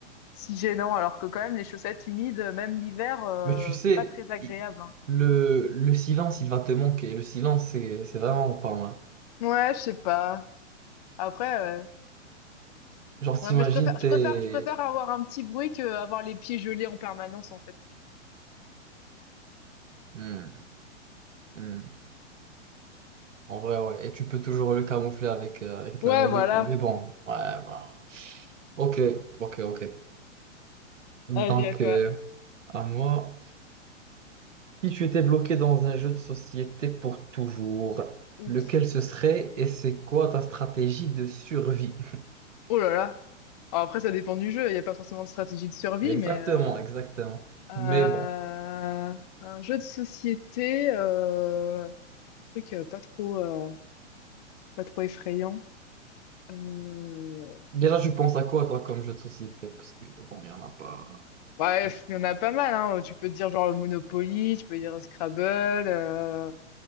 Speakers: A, on the left; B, on the right.
A: si gênant, alors que quand même les chaussettes humides, euh, même l'hiver, euh,
B: Mais tu sais,
A: c'est pas très agréable.
B: il-
A: hein.
B: le, le silence, il va te manquer. Le silence, c'est c'est vraiment pas mal.
A: Ouais, je sais pas. Après, euh,
B: Genre, t'imagines,
A: ouais, mais je préfère, je
B: t'es...
A: préfère, je préfère avoir un petit bruit que avoir les pieds gelés en permanence, en fait.
B: Hmm, hmm. En vrai, ouais. Et tu peux toujours le camoufler avec, euh, avec de
A: Ouais,
B: la musique.
A: voilà.
B: Mais bon, ouais, bah. Ok, ok, ok. Donc,
A: Vas-y, à toi.
B: euh, à moi, si tu étais bloqué dans un jeu de société pour toujours,
A: Ouf.
B: lequel ce serait et c'est quoi ta stratégie de survie? <laughs>
A: Oh là là. Alors après, ça dépend du jeu. Il n'y a pas forcément de stratégie de survie,
B: Exactement,
A: mais euh,
B: exactement.
A: Euh,
B: Mais bon,
A: un jeu de société, euh, un truc euh, pas trop, euh, pas trop effrayant. Euh,
B: déjà, tu penses à quoi, toi, comme jeu de société? Parce que, bon, il n'y en a pas.
A: bref,
B: Je sais.
A: il y en a pas mal, hein. Tu peux dire genre le Monopoly, tu peux dire Scrabble, euh,